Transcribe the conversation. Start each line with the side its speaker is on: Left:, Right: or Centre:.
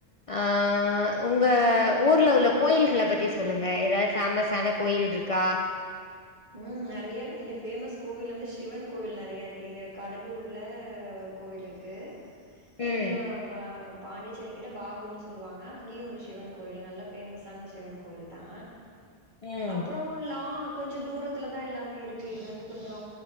Left: ஆ உங்க ஊர்ல உள்ள கோயில்கள பத்தி சொல்லுங்க எதாது ஃபேமஸ்ஸன கோயில்ருக்கா
Right: ம் நறைய இங்க ஃபேமஸ் கோவில் வந்து சிவன் கோவில் நறையா இருக்கு இங்க கடலூர்ல ஒரு கோவில் இருக்கு எங்க
Left: ம்,
Right: வ பா பாண்டிச்சேரி கிட்ட பாகூர்ன்னு சொல்லுவாங்க அங்கயு ஒரு சிவன் கோயில் நல்ல ஃபேமஸ் ஆனா சிவன் கோயில் தா
Left: ம்.
Right: அப்பறோ லாக் ச தூரத்துலதா எல்லாமே இருக்கு இது வந்து கொஞ்சோ